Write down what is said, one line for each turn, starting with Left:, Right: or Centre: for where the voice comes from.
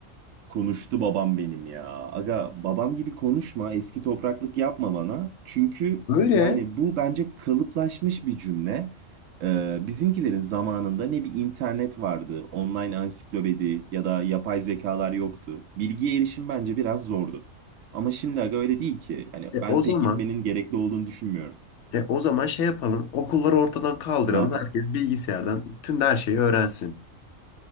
Right: Konuştu babam benim ya. Aga babam gibi konuşma, eski topraklık yapma bana. Çünkü
Left: Böyle
Right: yani bu bence kalıplaşmış bir cümle. Ee, bizimkilerin zamanında ne bir internet vardı, online ansiklopedi ya da yapay zekalar yoktu. Bilgiye erişim bence biraz zordu. Ama şimdi aga öyle değil ki. Yani
Left: e,
Right: ben
Left: o zaman
Right: pek gitmenin gerekli olduğunu düşünmüyorum.
Left: e, o zaman şey yapalım. Okulları ortadan kaldıralım.
Right: Ne yapalım?
Left: Herkes bilgisayardan tüm her şeyi öğrensin.